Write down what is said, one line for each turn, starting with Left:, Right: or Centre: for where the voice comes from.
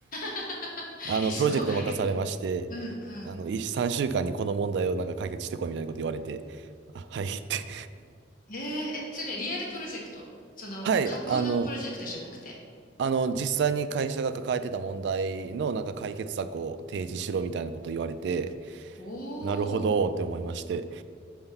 Left: <laughs>
Right: <laughs> あの、
Left: え、すごい。
Right: プロジェクト任されまして、
Left: え、うん、うん。
Right: あの、い3週間にこの問題をなんか解決してこいみたいなこと言われて、あ、はいって
Left: えーえ、それリアルプロジェクト。
Right: <laughs>
Left: その架空のプロジェクトじゃなくて。
Right: はい、あの、あの、実際に会社が抱えてた問題のなんか解決策を提示しろみたいなこと言われて、
Left: お
Right: なるほどって思いまして。
Left: お